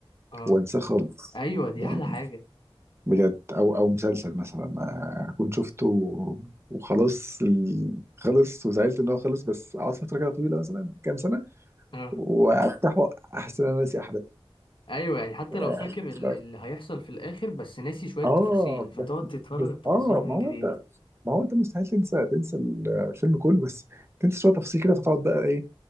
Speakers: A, on the left; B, on the right.
A: اه
B: وانساه خالص
A: ايوه دي
B: يعني
A: احلى حاجه
B: بجد او او مسلسل مثلا اكون شفته وخلاص ال- خلص وزعلت ان هو خلص بس اقعد فتره كده طويله مثلا كام سنه
A: اه
B: وافتحه احس ان انا ناسي
A: ايوه يعني حتى
B: احداثه
A: لو فاكر ال- اللي هيحصل في الاخر بس ناسي شويه
B: اه
A: تفاصيل فتقعد
B: بس
A: تتفرج
B: بس
A: على التفاصيل
B: اه
A: من
B: ما هو
A: جديد
B: انت ما هو انت مستحيل تنسى تنسى الفيلم كله بس تنسى شويه تفاصيل كده فتقعد بقى ايه